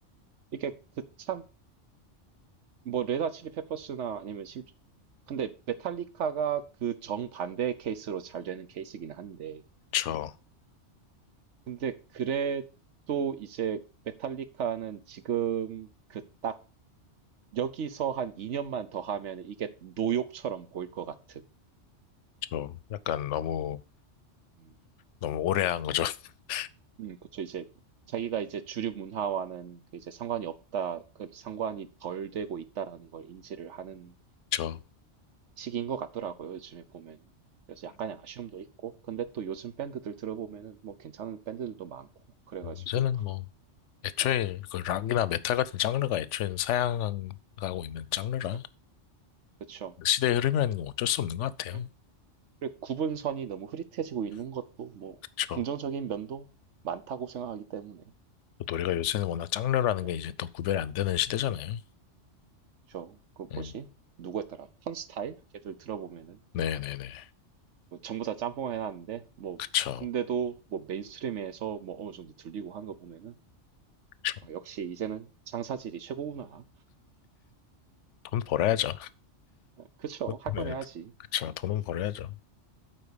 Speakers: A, on the right; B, on the left.
A: 이게 그참 뭐 레다 칠리 페퍼스나 아니면 심 근데 메탈리카가 그 정반대의 케이스로 잘 되는 케이스긴 한데
B: 저,
A: 근데 그래도 이제 메탈리카는 지금 그 딱 여기서 한 2년만 더 하면 이게 노욕처럼 보일 것 같은
B: 저, 약간 너무,
A: 음,
B: 너무 오래 한 거죠. <laughs>
A: 음, 그쵸. 이제 자기가 이제 주류 문화와는 그 이제 상관이 없다, 그 상관이 덜 되고 있다라는 걸 인지를 하는
B: 저,
A: 시기인 것 같더라고요, 요즘에 보면은. 그래서 약간의 아쉬움도 있고, 근데 또 요즘 밴드들 들어보면은 뭐 괜찮은 밴드들도 많고, 그래가지고,
B: 요새는 뭐, 애초에
A: 예,
B: 그 락이나 메탈 같은 장르가 애초에 사양하고 있는 장르라.
A: 좀, 그쵸.
B: 시대의 흐름이라는 건 어쩔 수 없는 것 같아요.
A: 예. 그리고 구분선이 너무 흐릿해지고 있는 것도 뭐,
B: 그렇죠.
A: 긍정적인 면도 많다고 생각하기 때문에,
B: 노래가 요새는 워낙 장르라는
A: 예.
B: 게 이제 또 구별이 안 되는 시대잖아요.
A: 저, 그 뭐지?
B: 음,
A: 누구였더라? 턴스타일? 걔들 들어보면은,
B: 네네네.
A: 뭐 전부 다 짬뽕 해놨는데, 뭐,
B: 그쵸.
A: 근데도 뭐 메인스트림에서 뭐 어느 정도 들리고 하는 거 보면은,
B: 그쵸.
A: 아, 역시 이제는 장사질이 최고구나.
B: 돈 벌어야죠.
A: 그쵸.
B: <laughs>
A: 할
B: 네.
A: 건 해야지.
B: 그쵸. 돈은 벌어야죠.